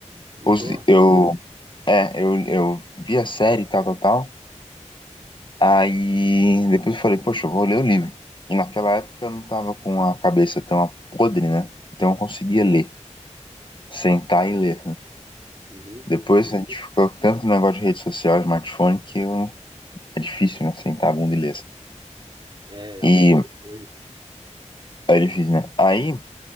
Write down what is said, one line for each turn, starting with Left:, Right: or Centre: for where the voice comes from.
Right: enjoa.
Left: Os, eu, é, eu, eu vi a série e tal, tal, tal. Aí depois eu falei, poxa, eu vou ler o livro. E naquela época eu não tava com a cabeça tão podre, né? Então eu conseguia ler, sentar e ler, né?
Right: Uhum.
Left: Depois a gente ficou com tanto negócio de rede social, smartphone, que eu... é difícil, né? Sentar a bunda e ler. assim.
Right: É,
Left: E
Right: ó, hoje,
Left: é difícil, né? Aí